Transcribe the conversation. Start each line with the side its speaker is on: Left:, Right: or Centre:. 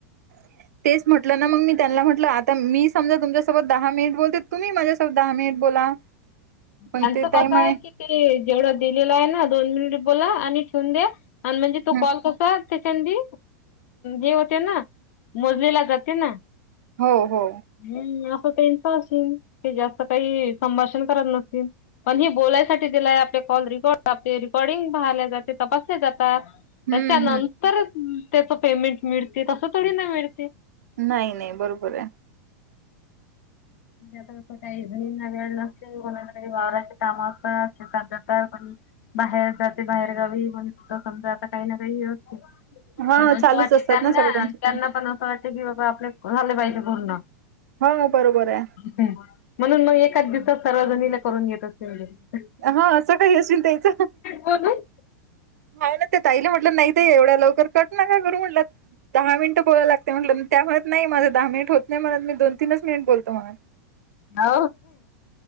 Right: ह तेच म्हटलं ना मग मी त्यांना म्हटलं. आता मी समजा तुमच्यासोबत दहा मिनिट बोलते. तुम्ही माझ्यासोबत दहा मिनिट बोला. पण
Left: त्यांच
Right: ते ताई
Left: कस
Right: म्हणे
Left: आहे कि ते जेवढं दिलेलं आहे ना दोन मिनिट बोला आणि ठेवून द्या आणि म्हणजे तो
Right: हं,
Left: कॉल कसा त्याच्या आंधी हे होते ना मोजलेला जाते ना.
Right: हो हो
Left: हम्म, असं त्यांच असन ते जास्त काही संभाष <unintelligible> पण जे बोलायसाठी दिलाय आपले कॉल रेकॉर्ड होतात ते रेकॉर्डिंग पाहायले जाते, तपासले जात
Right: हम्म
Left: त्याच्या नंतर
Right: हम्म
Left: त्याचं पेमेंट मिळते तसं थोडी मिळ
Right: नाही नाही बरोबर आहे.
Left: आता मी पण ताई काही जणींना वेळ लागतय आवरायचं काम असतात शेतात जायचं. बाहेर जाते बाहेर गावी म्हण सुद्धा समजा आता काही ना काही असते
Right: हा
Left: पण असं
Right: चालूच
Left: वाटते
Right: असतात
Left: त्यांना
Right: ना सगळ्यांचे
Left: त्यांना पण असं वाटते की बाबा आपले झाले पाहिजे पूर्ण
Right: हा बरोबर आहे
Left: ह म्हणून मग एकाच दिवसात सर्वजणीला करून घेत असती मी ने
Right: हा सकाळी असून त्याच
Left: बोलून
Right: नाही ना ते ताईला म्हटलं नाहीत एवढ्या लवकर कट नाक करू म्हटलं. दहा मिनटं बोलायला लागते म्हटलं त्या म्हणत नाही माझं दहा मिनिट होत नाही म्हणत मी दोन तीनच मिनिट बोलतो म्हणून
Left: ह